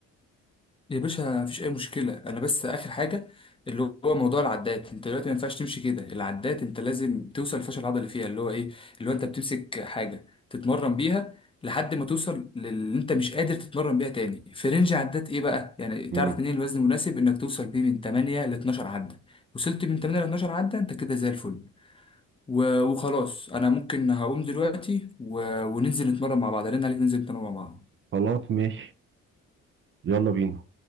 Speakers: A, on the left; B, on the right.
A: يا باشا مفيش اي مشكله انا بس اخر حاجه اللي هو موضوع العدات انت دلوقتي ما ينفعش تمشي كده العدات انت لازم توصل الفشل العضلي اللي فيها اللي هو ايه اللي هو انت بتمسك حاجه تتمرن بيها لحد ما توصل للي انت مش قادر تتمرن بيها تاني في رينج عدات ايه بقى يعني
B: مم.
A: تعرف منين الوزن المناسب انك توصل بيه من 8 ل 12 عده وصلت من 8 ل 12 عده انت كده زي الفل و- وخلاص انا ممكن هقوم دلوقتي و... وننزل نتمرن مع بعض رن عليك ننزل نتمرن مع بعض
B: خلاص ماشي يلا بينا